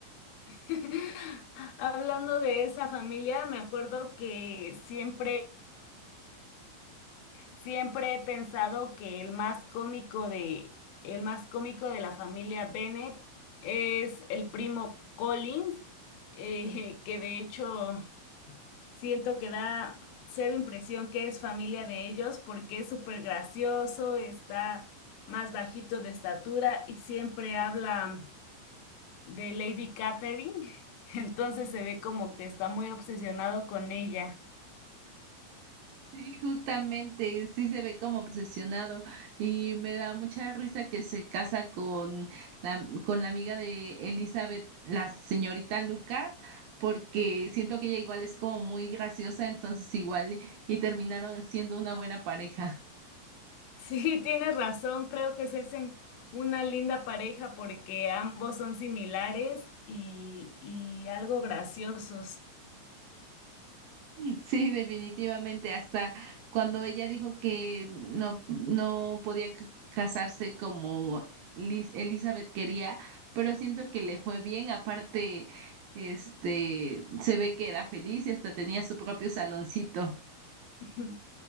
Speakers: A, on the left; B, on the right.
A: <laughs> Hablando de esa familia, me acuerdo que siempre Siempre he pensado que el más cómico de, el más cómico de la familia Bennett es el primo Collins, eh, que de hecho siento que da cero impresión que es familia de ellos porque es súper gracioso, está más bajito de estatura y siempre habla de Lady Catherine, <laughs> entonces se ve como que está muy obsesionado con ella.
B: Sí, justamente, sí se ve como obsesionado y me da mucha risa que se casa con la, con la amiga de Elizabeth, la señorita Lucas, porque siento que ella igual es como muy graciosa, entonces igual y terminaron siendo una buena pareja.
A: Sí, tienes razón, creo que se hacen una linda pareja porque ambos son similares y, y algo graciosos.
B: Sí, definitivamente, hasta cuando ella dijo que no, no podía c- casarse como Lis- Elizabeth quería, pero siento que le fue bien, aparte, este, se ve que era feliz y hasta tenía su propio saloncito.
A: <laughs>